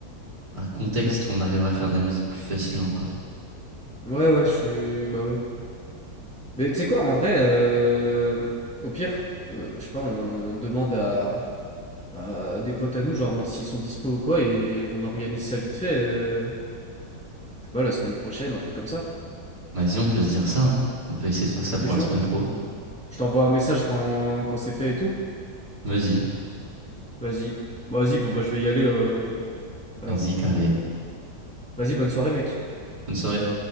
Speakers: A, on the right; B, in the centre.
A: un contexte
B: Mm.
A: où on arrivera à faire de la musique plus facilement quoi.
B: Ouais, ouais, je suis. Bah ouais. Mais tu sais quoi, en vrai, euh, au pire, euh, je sais pas, on demande à, à des potes à nous, genre en mode s'ils sont dispo ou quoi, et on organise ça vite fait. euh, je sais pas, la semaine prochaine, un truc comme ça.
A: Vas-y, on peut se dire ça, hein. On peut essayer de faire ça
B: T'es
A: pour
B: chaud?
A: la semaine pro.
B: Je t'envoie un message quand, quand c'est fait et tout.
A: Vas-y,
B: Vas-y. Bah, Vas-y, bon, bah je vais y aller euh, alors.
A: vas-y, carré.
B: Vas-y, bonne soirée, mec.
A: Bonne soirée.